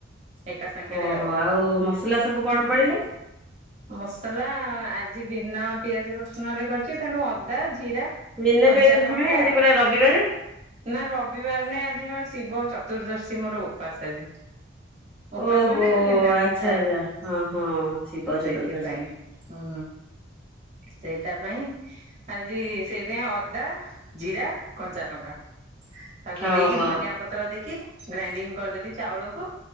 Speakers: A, on the right (about 35°); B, in the centre.
A: ଏକା ସାଙ୍ଗରେ
B: ଓହୋ
A: ଆଉ।
B: ମସଲା ସବୁ କଣ ପଡିଲା?
A: ମସଲା ଆ ଆଜି ବିନା ପିଆଜ ରସୁଣରେ କରିଚି, ତେଣୁ ଅଦା ଜିରା
B: ବିିନ
A: କଞ୍ଚା
B: ପିଆଜ ରସୁଣ
A: ଲଙ୍କା
B: କାଇଁ? ଆଜି
A: ଆଉ
B: ପରା ରବିବାରେ।
A: ନା ରବିବାର ନାଇଁ ଆଜି ବା ଶିବ ଚତୁର୍ଦ୍ଦଶୀ ମୋର ଉପାସ ଆଜି। ଉପାସ
B: ଓହୋ
A: ମାନେ ବିନା
B: ଆଚ୍ଛା
A: ବିତା
B: ଆଚ୍ଛା
A: ଏଉଠୁ
B: ହଁ ହଁ ଶିବ ଚତୁର୍ଦ୍ଦଶୀ
A: ସେଇଥିପାଇଁ ହଁ। ସେଇଟା ପାଇଁ ଆଜି ସେଇଥିପାଇଁ ଅଦା, ଜିରା, କଞ୍ଚା ଲଙ୍କା ତାକୁ
B: ଓହୋ।
A: ଦେଇକି ଧନିଆ ପତ୍ର ଦେଇକି ଗ୍ରାଇଣ୍ଡିଙ୍ଗ କରିଦେଲି ଚାଉଳକୁ